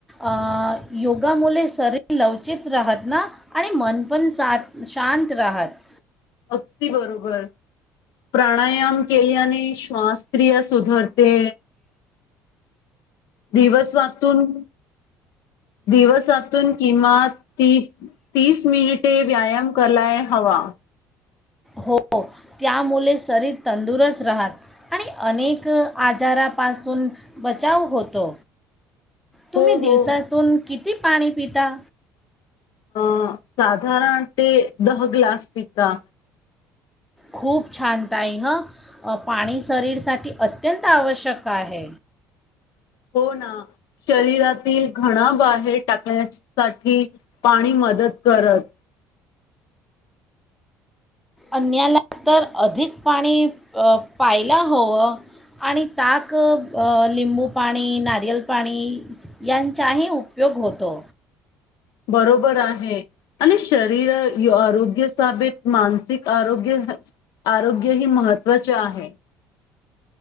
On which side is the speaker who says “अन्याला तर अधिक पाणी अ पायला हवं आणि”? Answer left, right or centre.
Centre